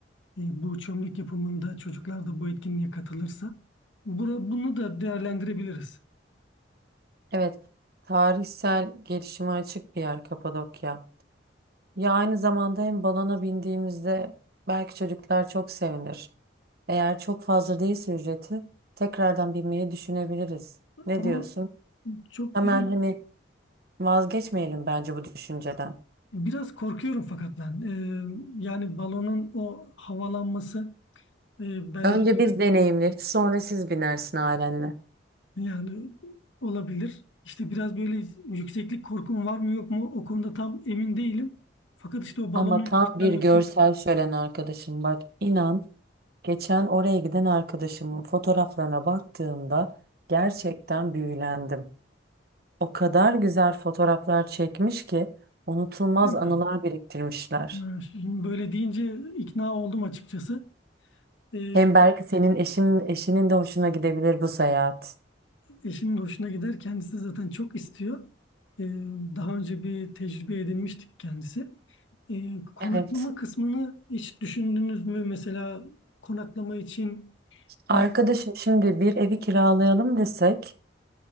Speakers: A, on the left; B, on the right.
A: E, bu çömlek yapımında çocuklar da bu etkinliğe katılırsa bura, bunu da değerlendirebiliriz.
B: evet. Tarihsel gelişime açık bir yer Kapadokya. Ya aynı zamanda hem balona bindiğimizde belki çocuklar çok sevinir. Eğer çok fazla değilse ücreti tekrardan binmeyi düşünebiliriz. Ne
A: Ama
B: diyorsun?
A: çok
B: Hemen hani vazgeçmeyelim bence bu düşünceden.
A: biraz korkuyorum fakat ben. E, yani balonun o havalanması e, bende
B: Önce biz deneyimleriz, sonra siz binersin ailenle.
A: yani olabilir. İşte biraz böyle yükseklik korkum var mı yok mu o konuda tam emin değilim. Fakat işte o balonun
B: Ama tam
A: yükselmesi
B: bir görsel şölen arkadaşım bak inan geçen oraya giden arkadaşımın fotoğraflarına baktığımda gerçekten büyülendim. O kadar güzel fotoğraflar çekmiş ki unutulmaz
A: bilemiyorum.
B: anılar biriktirmişler.
A: Yani şimdi böyle deyince ikna oldum açıkçası. E,
B: Hem belki senin eşin, eşinin de hoşuna gidebilir bu seyahat.
A: Eşimin hoşuna gider. Kendisi de zaten çok istiyor. Ee, daha önce bir tecrübe edinmiştik kendisi. Ee, konaklama
B: Evet.
A: kısmını hiç düşündünüz mü? Mesela konaklama için
B: Arkadaşım
A: e,
B: şimdi bir evi kiralayalım desek